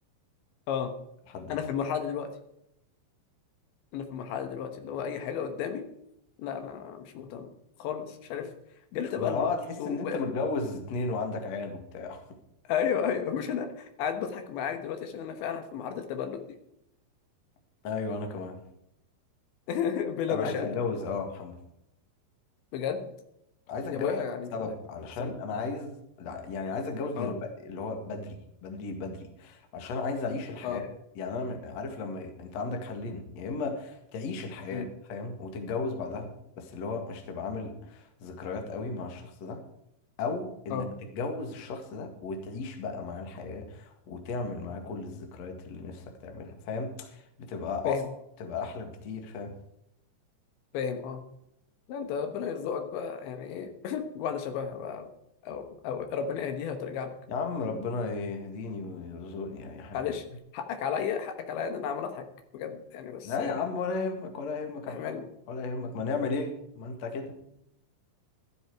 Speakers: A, on the left; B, on the left.
A: <clears throat> اه
B: لحد مش
A: انا في المرحله دي دلوقتي انا في المرحله دي دلوقتي اللي هو اي حاجه قدامي لا انا مش مهتم خالص مش عارف جالي
B: مش
A: تبلد
B: مهم اه تحس
A: وبقى...
B: ان انت متجوز اتنين وعندك عيال وبتاع
A: ايوه ايوه مش انا قاعد بضحك معاك دلوقتي عشان انا فعلا في معرض التبلد دي
B: <laughs> ايوه انا كمان
A: <laughs> بلا
B: انا
A: مشاعر
B: عايز اتجوز اه محمد
A: بجد
B: عايز اتجوز
A: يا ابويا يعني
B: سبب
A: كان لك
B: علشان
A: سن
B: انا عايز لا، يعني عايز اتجوز
A: اه
B: دلوقتي اللي هو بدري بدري بدري عشان عايز اعيش الحياة
A: اه
B: يعني انا م- عارف لما انت عندك حلين يا اما تعيش الحياة
A: أمم،
B: فاهم وتتجوز بعدها بس اللي هو مش تبقى عامل ذكريات قوي مع الشخص ده او انك
A: اه
B: تتجوز الشخص ده وتعيش بقى معاه الحياة وتعمل معاه كل الذكريات اللي نفسك تعملها فاهم بتبقى اصلا
A: فاهم
B: بتبقى احلى بكتير فاهم
A: فاهم اه لا انت ربنا يرزقك بقى يعني ايه <laughs> واحده شبهها بقى او او ربنا يهديها وترجع لك
B: يا عم ربنا يهديني ويرزقني اي حاجة
A: معلش حقك عليا حقك عليا ان انا عمال اضحك بجد يعني بس
B: لا يا عم ولا يهمك ولا يهمك يا
A: استحملني
B: محمد ولا يهمك ما نعمل ايه ما انت كده